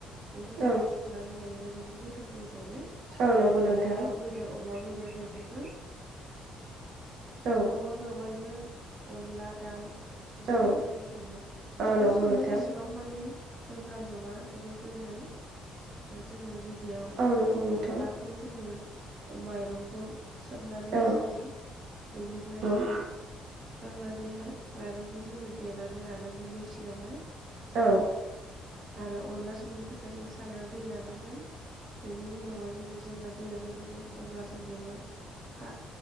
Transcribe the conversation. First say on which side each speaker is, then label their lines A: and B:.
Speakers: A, on the right; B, on the right.
A: बेफोरबायदि
B: औ
A: संनानै जायोबा जोबोर गोथाव जायो जानो ओेरैहाय
B: औ नंगौ नोंथां
A: दाउ बे दर अमा बेदर बेफोरजों
B: औ
A: औवा मेवाइजों अनला दाउ जोबोर
B: औ
A: गोथाव जायो संनो बेखौ
B: औ नंगौ नोंथां औ नंगौ
A: संनो
B: नोंथां
A: एसेबां मानि गोब्राब नङा जोबोर गोरलै जोङो गिबियाव
B: औ नंगौ औ औ नंगौ नोंथां औ नंगौ नोंथां
A: अनलाखौ जोङो माइरंखौ सोमनानै
B: औ
A: दोननांगोन बेनिफ्राय जोङो
B: औ
A: सुखांनानैहाय माइरंखौ जोङो देनानै लानांगोन मेचिनावहाय
B: औ
A: आरो अनला संनो थाखाय जों सारायाव दै लानांगोन बेनि उनावहाय जोङो जेब्ला दैया गोदौगोन अब्ला जों बेवहाय हा